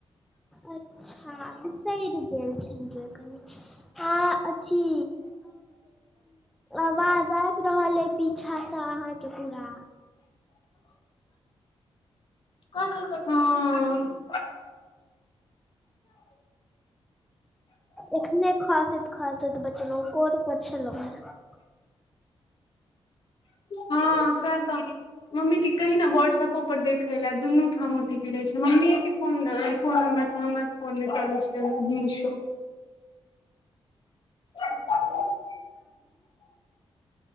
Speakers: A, in the centre; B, on the left.
A: अच्छा बिसैर गेल छलिया कनि। आ अथी आवाज आबि रहल अइ पीछा स अहाँके पूरा।
B: हँ।
A: एखने खसैत खसैत बचलहु कोर पर छलहु हैं।
B: हँ सेह त। मम्मी के कही न व्हाट्सऐपो पर देखईला दुनू ठाम ओटीपी गिरई छै मम्मीये के फोन फोन नम्बर स हमर फोन मे चलैय छै मिशो। <inaudible>